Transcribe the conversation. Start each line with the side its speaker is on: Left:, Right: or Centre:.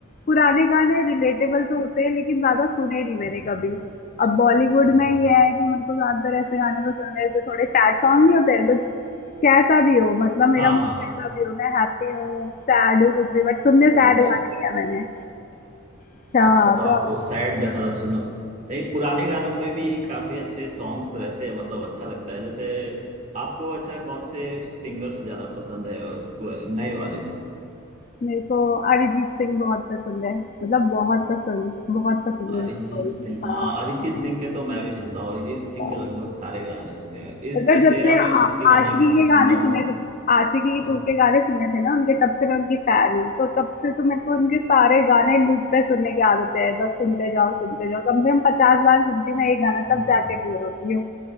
Left: पुराने गाने रिलेटेबल तो होते हैं लेकिन ज्यादा सुने नहीं
Right: हाँ
Left: मैंने कभी अब बॉलीवुड
Right: हाँ
Left: में ये है कि मेरे को ज्यादातर ऐसे गाने पसंद है जो थोड़े सैड सॉन्ग नहीं होते हैं, तो कैसा भी हो मतलब मेरा
Right: हाँ
Left: मूड कैसा भी हो मैं हैप्पी हूँ सैड हूँ कुछ भी बट सुनने
Right: अच्छा
Left: सैड गाने ही है मैंने अच्छा
Right: अच्छा तो आपको
Left: तो आप
Right: सैड ज्यादा सुनना पसंद- नहीं पुराने
Left: हाँ।
Right: गानों में भी काफी अच्छे सॉन्ग्स रहते हैं मतलब अच्छा लगता है जैसे आपको अच्छा कौन से सिंगर्स ज्यादा पसंद है अ, पु- नए वाले में
Left: मेरे को अरिजीत सिंह बहुत पसंद है मतलब बहुत पसंद बहुत पसंद है
Right: अरिजीत
Left: उनकी वॉइस
Right: सिंह
Left: हाँ
Right: हाँ अरिजीत सिंह के तो मैं भी सुनता हूँ अरिजीत सिंह
Left: हाँ
Right: के लगभग सारे गाने सुने हैं। इस
Left: मतलब जब
Right: इस एरा
Left: से
Right: में
Left: आ,
Right: उसके गाने
Left: आशिकी
Right: काफी
Left: के
Right: सुनता
Left: गाने
Right: हूँ
Left: सुने
Right: मैं
Left: थे आशिकी
Right: और
Left: टू के गाने सुने थे ना उनके तब से मैं उनकी फैन हूँ तो तब से तो मेरे को उनके सारे गाने लूप पे सुनने की आदत है बस सुनते जाओ सुनते जाओ कम से कम पचास बार सुनती हूँ मैं एक गाना
Right: हाँ
Left: तब जाके
Right: हाँ।
Left: बोर होती हूँ